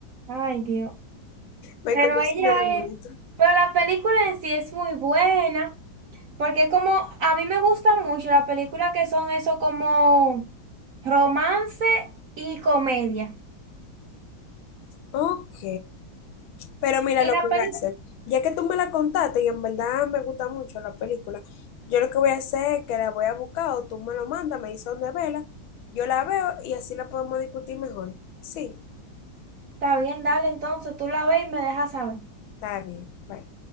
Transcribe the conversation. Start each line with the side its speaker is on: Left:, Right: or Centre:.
Right: Ay, Dios.
Left: Michael
Right: Pero
Left: Jackson
Right: ella
Left: era bonito.
Right: es, pero la película en sí es muy buena, porque como a mí me gusta mucho las películas que son eso como romance y comedia.
Left: Ok. Pero mira
Right: Y
Left: lo
Right: la
Left: que voy
Right: película
Left: a hacer. Ya que tú me la contaste y en verdad me gusta mucho la película, yo lo que voy a hacer es que la voy a buscar o tú me lo mandas, me dices dónde verla, yo la veo y así la podemos discutir mejor. Sí,
Right: Está bien, dale, entonces tú la ves y me dejas saber.
Left: está bien. Bye.